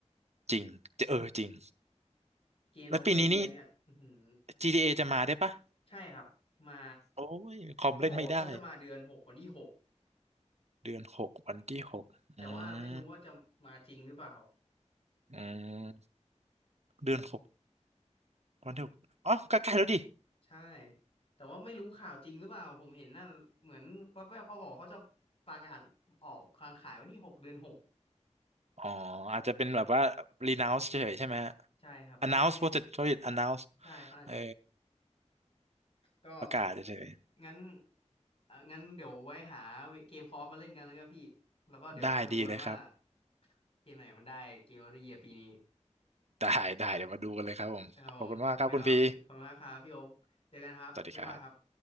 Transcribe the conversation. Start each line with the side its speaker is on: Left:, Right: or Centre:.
Right: จริงเออจริง
Left: เกมออฟเด
Right: แล้วปีนี้นี่
Left: e เยียเนี่ยอือหือ
Right: GTA จะมาได้ปะ
Left: ใช่ครับมา
Right: โอ้ยคอมเล่นไม่ได้
Left: เขาบอกว่าเขาจะมาเดือนหกวันที่หก
Right: เดือนหกวันที่หกอืม
Left: แต่ว่าไม่รู้ว่าจะมาจริงหรือเปล่า
Right: อืมเดือนหกวันที่หกอ๋อก็ใกล้ๆแล้วดิ
Left: ใช่แต่ว่าไม่รู้ข่าวจริงหรือเปล่าผมเห็นนั่นเหมือนแว๊บๆเขาบอกเขาจะประกาศออกกางขายวันที่หกเดือนหก
Right: อ๋ออาจจะเป็นแบบว่า renounce เฉยๆใช่ไหมฮะ
Left: ใช่ครับไม่แน่
Right: announce ภาษาอังกฤษ announce
Left: ใช่เขาอาจจะ
Right: เออ
Left: ก็
Right: ประกาศเฉย
Left: งั้นอ่ะงั้นเดี๋ยวไว้หาเกมคออฟมาเล่นกันแล้วก็พี่แล้วก็เดี๋ยวมาดูกันว่า
Right: ๆได้ดีเลยครับ
Left: เกมไหนมันได้เกมออฟเดอะเยียร์ปีนี้
Right: ได้ได้เดี๋ยวมาดูกันเลยครับผมขอบคุณมากครับคุณพี
Left: ครับผมงั้นครับขอบคุณมากครับพี่โอ๊คเจอกันครับบ๊ายบายครับ
Right: สวัสดีครับ